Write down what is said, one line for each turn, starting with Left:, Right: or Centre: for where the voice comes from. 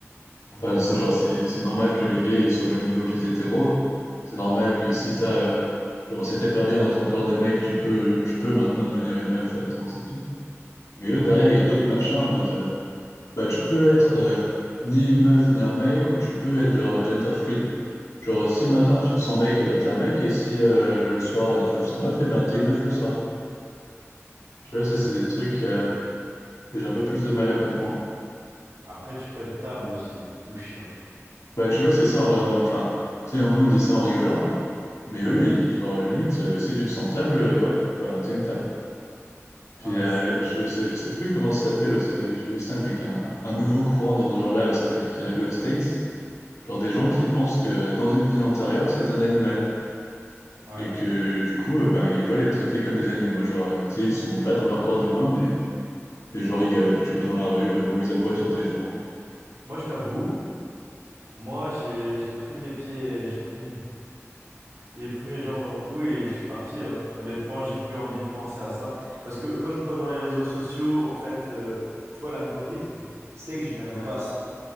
Right: Encore
Left: Enfin, c'est
Right: heureux,
Left: genre, c'est c'est normal que les gays ils soient au même niveau que les hétéros. C'est normal
Right: normal.
Left: que si t'as, euh, genre, si t'es pas bien dans ton corps de mec, tu peux, tu peux maintenant devenir une meuf, être trans et tout. Mais
Right: Ouais.
Left: eux, derrière, il y a d'autres machins en mode, euh, bah, tu peux
Right: T'es-
Left: être
Right: pas homme
Left: euh, ni une meuf ni un mec, ou tu peux être genre gender fluid. Genre, si le matin tu te sens mec, et ben t'es un mec, et si euh, le soir euh, tu te sens meuf, et ben t'es une meuf le soir. Je
Right: Ah ouais.
Left: sais, ça, c'est des trucs euh, que j'ai un peu plus de mal à comprendre.
Right: Après, tu peux être table aussi, ou chien.
Left: Bah, tu vois, c'est ça en vrai, on, enfin, tu sais, nous on dit ça en rigolant. Mais eux,
Right: Ouais.
Left: ils, genre, limite, euh, si tu te sens table, euh, ouais, bah t'es une table.
Right: Non,
Left: Puis
Right: mais
Left: euh,
Right: c'est...
Left: je sais, je sais plus comment ça s'appelle, euh, c'est- j'ai vu ça, mec, un, un nouveau courant dans ce genre-là au Sta- qui est arrivé aux States. Genre des gens qui pensent que dans une vie antérieure, c'est un animal.
Right: Ouais.
Left: Et que du coup, euh, ben, ils veulent être traités comme des animaux. Genre, euh, tu sais, ils sont là dans leur corps d'humain, mais, mais genre ils galopent, tu vois, dans la rue, euh, ou ils aboient sur des gens. euh.
Right: Moi, je t'avoue, moi, j'ai, j'ai pris mes pieds, j'ai pris mes... J'ai pris mes jambes à mon cou et je suis parti. hein. Honnêtement, j'ai plus envie de penser à ça. Parce que quand je vois dans les réseaux sociaux, en fait, euh, tu vois, l'algorithme, c'est que je n'aime
Left: Ouais.
Right: pas ça.